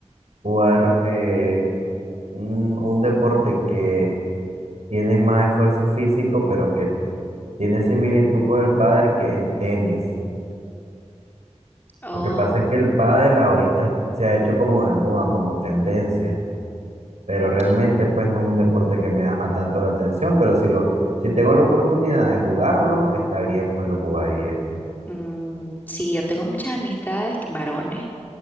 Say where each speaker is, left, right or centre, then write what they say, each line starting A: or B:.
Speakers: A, on the right (about 70°); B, on the left (about 15°).
A: jugar eh, un, un deporte que tiene más esfuerzo físico, pero que tiene similitud con el pádel que el tenis.
B: Oh,
A: Lo que pasa es que el pádel ahorita se ha hecho como de moda, como tendencia, pero realmente pues no es un deporte que me llama tanto la atención, pero si lo, si tengo la oportunidad de jugarlo, está bien, pues lo jugaría.
B: mm, sí, yo tengo muchas amistades, varones,